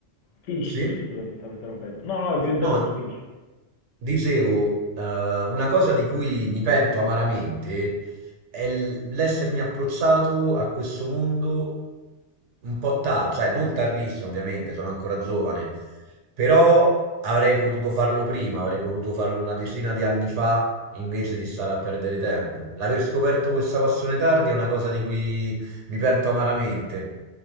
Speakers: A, on the left (about 85°); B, on the right (about 80°).
A: finisci,
B: sì?
A: finisci, scusami, stavo interrompendo. No, no, ti ho interrotto,
B: No.
A: finisci.
B: Dicevo, eh, una cosa di cui mi pento amaramente è l- l'essermi approcciato a questo mondo un po' tardi, cioè non tardissimo ovviamente, sono ancora giovane, però avrei potuto farlo prima, avrei potuto farlo una decina di anni fa invece di stare a perdere tempo. L'aver scoperto questa
A: Eh,
B: passione tardi è una cosa di cui mi pento amaramente.